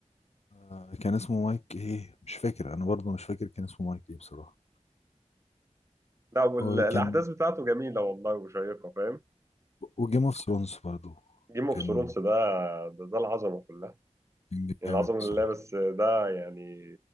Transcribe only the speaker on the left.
آه، كان اسمه مايك ايه مش فاكر انا برضه مش فاكر كان اسمه مايك ايه بصراحه
وكان
وجيم اوف ثرونز برضه
كان
كان
جامد بصراحه